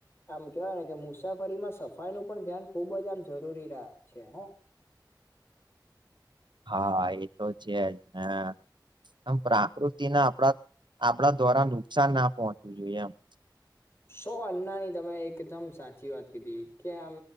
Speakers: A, on the left; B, on the right.
A: આમ કેવાય ને કે મુસાફરીમાં સફાઈ નું પણ ધ્યાન ખુબ જ આમ જરૂરી છે હ.
B: હા એ તો છે ને. આમ પ્રાકૃતિના આપડા આપણા દ્વારા નુકસાન ના પહોંચવું જોઈએ એમ.
A: શો અન્ના ની તમે એકદમ સાચી વાત કીધી કે આમ